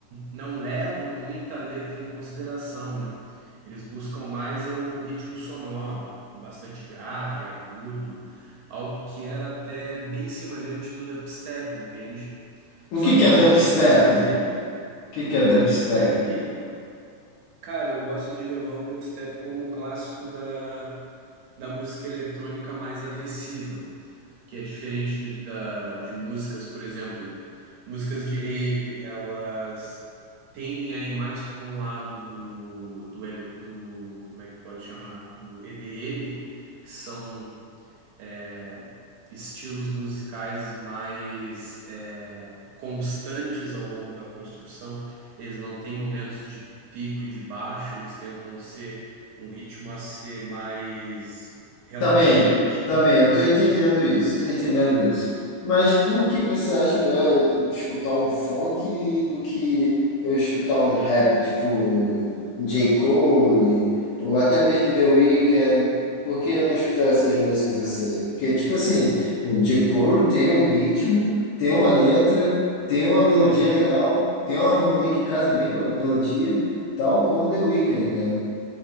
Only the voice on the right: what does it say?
não levam muita letra em consideração, né? Eles buscam mais é o ritmo sonoro, bastante grave, agudo, algo que era até bem semelhante do dubstep, entende?
Só
que
eles
conseguiram trazer
dubstep. Cara, eu gosto de levar o dubstep como clássico da da música eletrônica mais agressiva, que é diferente de, da, de músicas, por exemplo, músicas de rave, elas tendem a ir mais para um lado do, do, el- do, como é que pode chamar, do EDM, que são é, estilos musicais mais é, constantes ao longo da construção. Eles não têm momentos de pico e de baixo, eles tentam ser um ritmo a ser mais relaxante,
entre
aspas.